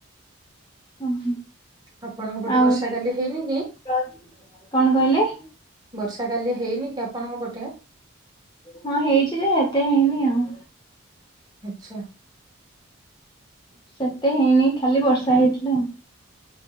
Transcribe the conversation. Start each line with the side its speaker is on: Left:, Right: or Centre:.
Left: ଓହୋ
Right: ଆପଣଙ୍କ ପଟେ
Left: ଆଉ
Right: ବର୍ଷା କାଲି ହେଇନି କି
Left: କଣ କହିଲେ?
Right: ବର୍ଷା କାଲି ହେଇନି କି ଆପଣଙ୍କ ଗୋଟେ
Left: ହଁ ହେଇଛି ଯେ ଏତେ ହେଇନି ଆଉ।
Right: ଆଚ୍ଛା।
Left: ସେତେ ହେଇନି ଖାଲି ବର୍ଷା ହେଇଥିଲା ଆ